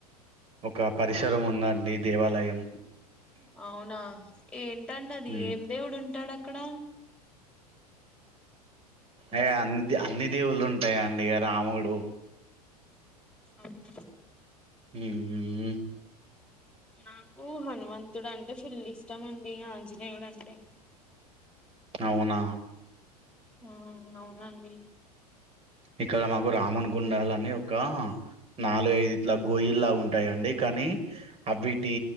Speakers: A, on the right (about 30°); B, in the centre.
A: ఒక పరిసరం ఉందండి దేవాలయం
B: అవునా ఏంటండి అది
A: ఉమ్
B: ఏం దేవుడు ఉంటాడక్క అక్కడ
A: అయ అంత అన్ని దేవుళ్ళు ఉంటయండి ఇగ రాముడు
B: అవునా
A: హ
B: నాకు హనుమంత మంతుడుంటే ఫుల్ ఇష్టం అండి మీ ఆంజనేయుడు అంట
A: అవునా
B: హ అవునండి
A: ఇక్కడ మాకు రామున్ గుండలు అని ఒక నాలుగయిదు ఇట్లా గోయిల్లాగా ఉంటాయంండి కానీ అవిటి